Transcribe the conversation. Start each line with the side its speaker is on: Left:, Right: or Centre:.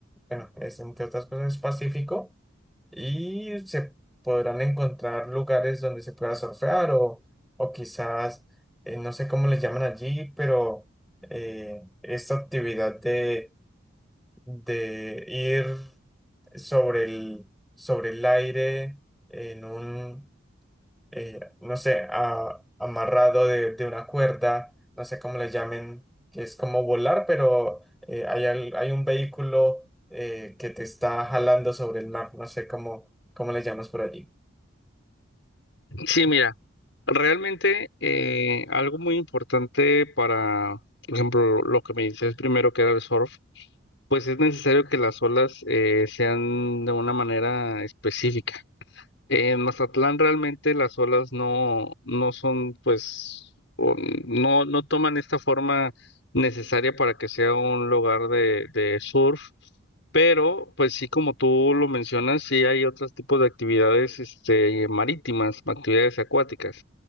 Centre: Bueno, es entre otras cosas es pacífico y se podrán encontrar lugares donde se pueda surfear o, o quizás, eh, no sé cómo les llaman allí, pero eh, esta actividad de, de ir sobre el, sobre el aire en un, eh, no sé, a- amarrado de, de una cuerda, no sé cómo le llamen, que es como volar, pero eh, hay, al- hay un vehículo eh, que te está jalando sobre el mar, no sé cómo, cómo le llamas por allí.
Left: Sí, mira, realmente eh, algo muy importante para, por ejemplo, lo que me dices primero que era el surf, pues es necesario que las olas eh, sean de una manera específica. En Mazatlán realmente las olas no, no son, pues, o no, no toman esta forma necesaria para que sea un lugar de, de surf, pero pues sí, como tú lo mencionas, sí hay otros tipos de actividades este, marítimas, actividades acuáticas.